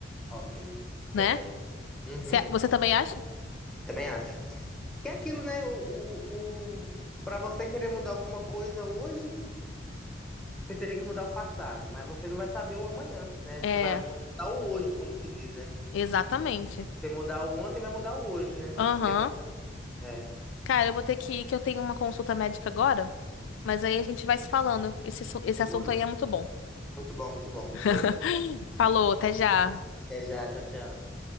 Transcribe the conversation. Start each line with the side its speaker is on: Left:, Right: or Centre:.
Centre: Ok. Certa
Left: né?
Centre: resposta. Uhum.
Left: Cê- Você também acha?
Centre: Também acho. Que é aquilo, né? O, o, o... Para você querer mudar alguma coisa hoje, você teria que mudar o passado, mas você não vai saber o amanhã, né?
Left: É,
Centre: Você vai vai mudar o hoje, como se diz, né?
Left: exatamente.
Centre: Você mudar o ontem, vai mudar o hoje, né? Mas
Left: Aham.
Centre: você quer mudar. É.
Left: Cara, eu vou ter que ir, que eu tenho uma consulta médica agora, mas aí a gente vai se falando. Esse, assu- esse
Centre: Demorou.
Left: assunto aí é muito bom.
Centre: Muito bom, muito bom, gostei.
Left: <laughs> Falou, até já.
Centre: Até já, tchau, tchau.